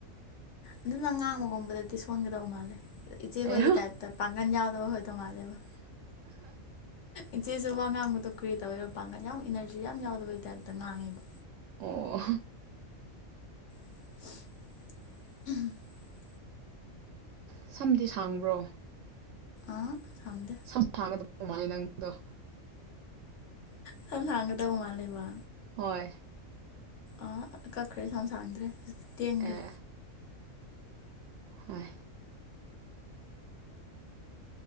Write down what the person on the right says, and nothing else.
ꯑꯩ
ꯑꯣ
ꯁꯝꯗꯤ ꯁꯥꯡꯕ꯭ꯔꯣ
ꯁꯝ ꯁꯥꯡꯒꯗꯕ ꯃꯥꯜꯂꯦ ꯅꯪꯗꯣ
ꯍꯣꯏ
ꯑꯦ ꯍꯣꯏ